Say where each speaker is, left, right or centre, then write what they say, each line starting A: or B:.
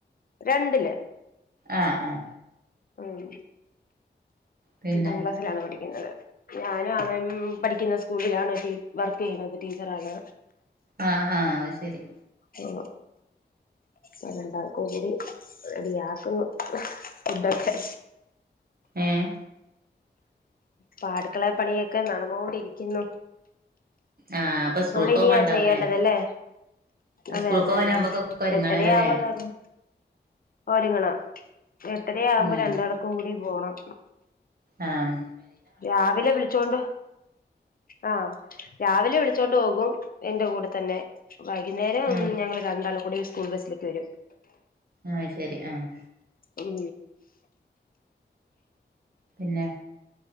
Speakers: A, on the left (about 50°); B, on the right (about 55°).
A: രണ്ടില്
B: ആഹ ആഹ
A: ഉം
B: പിന്നെ
A: രണ്ടാം ക്ലാസ്സിലാണ് പഠിക്കുന്നത്. ഞാനും അവൻ പഠിക്കുന്ന സ്കൂളിലാണ് വർക്കെയ്യുന്നത് ടീച്ചറാണ്.
B: ആഹ ആഹ ശരി.
A: ആ അ രണ്ടാൾക്കും കൂടി റെഡിയാ ക്കുന്നു. ഫുഡൊക്കെ
B: ഏഹ്?
A: പാ അടുക്കള പണിയൊക്കെ നടന്നോണ്ടിരിക്കുന്നു.
B: ആഹ് അപ്പൊ സ്കൂൾക്ക്
A: അവിടെ ഇനിയാ
B: പോവാണ്ടാവൂല്ലേ
A: ചെയ്യേണ്ടതല്ലേ? അതെ,
B: സ്കൂൾക്ക്
A: അതെ,
B: പോവാനാവുമ്പൊക്കൊക്കെ
A: അതെ
B: ഒരുങ്ങണല്ലോല്ലേ
A: എട്ടരയാവാരവും ഒരുങ്ങണം. എട്ടരയാകുമ്പോ
B: ആഹ്
A: രണ്ടാൾക്കും കൂടി പോണം.
B: ആഹ
A: രാവിലെ വിളിച്ചോണ്ട് ആഹ രാവിലെ വിളി ച്ചോണ്ട് പോകും. എന്റെ കൂടെ തന്നെ വൈകുന്നേരം
B: ആഹ്
A: ഞങ്ങള് രണ്ടാളും കൂടി സ്കൂൾ ബസിലേക്ക് വരും.
B: ആഹ് ശരി ആഹ്
A: ഉം
B: ന്നെ?